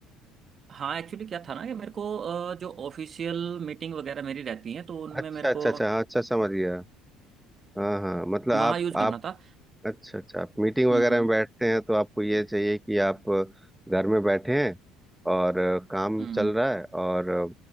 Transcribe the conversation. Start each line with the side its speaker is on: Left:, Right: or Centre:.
Right: हाँ एक्चुअली क्या था ना कि मेरे को अ, जो ऑफिशियल मीटिंग वगैरह मेरी रहती है तो उनमें
Centre: अच्छा
Right: मेरे
Centre: अच्छा
Right: को
Centre: अच्छा हाँ, अच्छा समझ गया हाँ हाँ मतलब
Right: वहां
Centre: आप
Right: यूज
Centre: आप
Right: करना था
Centre: अच्छा अच्छा आप मीटिंग
Right: हम्म
Centre: वगैरह
Right: हम्म
Centre: में बैठते हैं तो आपको ये चाहिए कि आप घर में बैठे हैं और काम
Right: हम्म
Centre: चल रहा है और